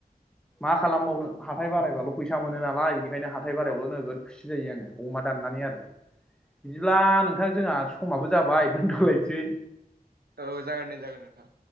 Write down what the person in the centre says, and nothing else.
मा खालामबावनो हाथाय बारायबाल' फैसा मोनो नालाय बेनिखायनो हाथाय बारायावल' नोगोद खुसि जायो आङो अमा दाननानै आरो। बिदिब्ला नोंथां जोंहा समाबो जाबाय दोनन्द'लायसै।